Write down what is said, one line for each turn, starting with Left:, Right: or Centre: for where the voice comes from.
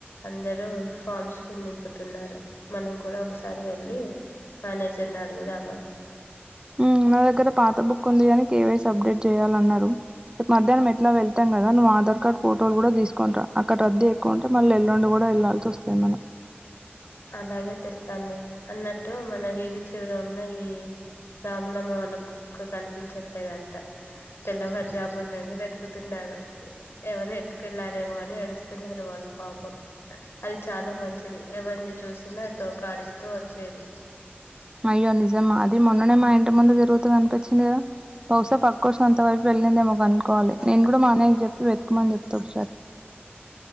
Left: అందరు ఫార్మ్స్ నింపుతున్నారు మనం కూడా ఒకసారి వెళ్ళి మేనేజర్ అడుగుదామా
Right: ఉమ్ నా దగ్గర పాత బుక్ ఉంది కాని కే వై సీ అప్డేట్ చేయాలన్నారు రేప్ మధ్యాహ్నం ఎట్ల వెళ్తాం గదా నువ్వు ఆధార్ కార్డ్ ఫోటోలు కూడా తీసుకొనిరా అక్కడ రద్ది ఎక్కువుంటే మళ్ళ ఎల్లుండు కూడా వెళ్లాల్సి వస్తుంది మనం
Left: అలాగే తెస్తాండి అన్నట్టు మన వీధి చివర ఉన్న ఈ రాములమ్మ వాళ్ళ కుక్క కనిపించట్లేదంట తెల్లవారి జామునుండి వెతుకుతున్నారు ఎవరో ఎత్తుకెళ్ళారేమో అని ఏడుస్తున్నారు వాళ్ళు పాపం అది చాలా మంచిది ఎవరిని చూసినా తోకాడిస్తూ వచ్చేది
Right: అయ్యో నిజమా అది మొన్ననే మా ఇంటి ముందు తిరుగుతూ కనిపించింది కదా బహుశా పక్క త వైపు వెళ్ళిందేమో కనుకోవాలి నేను కూడా మా అన్నయ్యకి చెప్పి వె మని చెప్తా ఒకసారి